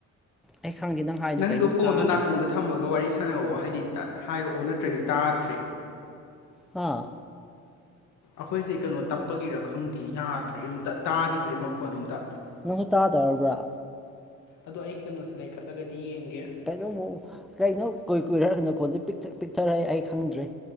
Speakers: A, in the centre; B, on the left.
A: ꯑꯩ ꯈꯪꯗꯦ ꯅꯪ ꯍꯥꯏꯗꯣ
B: ꯅꯪꯗꯣ
A: ꯀꯩꯅꯣ
B: ꯐꯣꯟꯗꯣ
A: ꯇꯥꯗꯦ
B: ꯅꯥꯀꯣꯡꯗ ꯊꯝꯃꯒ ꯋꯥꯔꯤ ꯁꯥꯟꯅꯋꯣ ꯍꯥꯏꯗꯤ ꯍꯥꯏꯔꯛꯑꯣ ꯅꯠꯇ꯭ꯔꯗꯤ ꯇꯥꯗ꯭ꯔꯦ
A: ꯍꯥꯥ
B: ꯑꯩꯈꯣꯏꯁꯦ ꯀꯩꯅꯣ ꯇꯞꯄꯒꯤꯔ ꯈꯪꯗꯦ ꯌꯥꯗ꯭ꯔ‌ꯦ ꯑꯃꯝꯇ ꯇꯥꯈꯤꯗ꯭ꯔꯦ ꯃꯈꯣꯟ ꯑꯃꯇ
A: ꯂ‌ꫭꯏ ꯇꯥꯗꯔꯕ꯭ꯔꯥ
B: ꯑꯗꯣ ꯑꯩꯒꯤ ꯀꯩꯅꯣꯁꯦ ꯂꯩꯈꯠꯂꯒꯗꯤ ꯌꯦꯡꯒꯦ
A: ꯀꯩꯩꯅ‌ꫭꯃꯨꯛ ꯀꯩꯅꯣ ꯀꯨꯏ ꯀꯨꯏꯔꯥ ꯅꯈꯣꯟꯁꯦ ꯄꯤꯛꯁꯛ ꯄꯤꯛꯊꯔꯛꯑꯦ ꯑꯩ ꯈꯪꯗ꯭ꯔꯦ